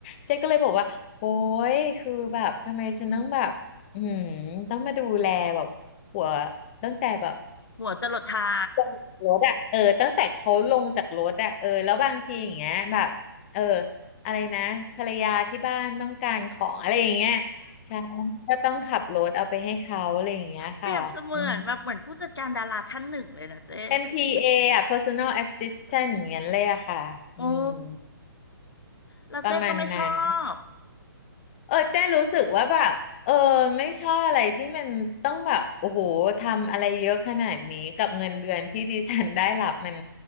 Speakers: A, on the left; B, on the left.
A: เจ๊ก็เลยบอกว่าโอ้ยคือแบบทำไมฉันต้องแบบ อืมต้องมาดูแลแบบหัวตั้งแต่แบบ
B: หัวจรดเท้า
A: ลงจากรถอ่ะเออตั้งแต่เขาลงจากรถอ่ะเออแล้วบางทีอย่างเงี้ยแบบเอออะไรนะภรรยาที่บ้านต้องการของอะไรอย่างเงี้ยใช่ก็ต้องขับรถเอาไปให้เขาอะไรอย่างเงี้ยค่ะอืม
B: เปรียบเสมือนแบบเหมือนผู้จัดการดาราท่านหนึ่งเลยนะเจ๊
A: NPA อนพีเออ่ะ Personal Assistant อย่างเงี้ยเลยอะค่ะอืม
B: โอ้แล้วเจ๊ก็ไม่ชอบ
A: ประมาณนั้น เออเจ้รู้สึกว่าแบบเออไม่ชอบอะไรที่มันต้องแบบโอ้โหทำอะไรเยอะขนาดนี้กับเงินเดือนที่ดิฉันได้รับมัน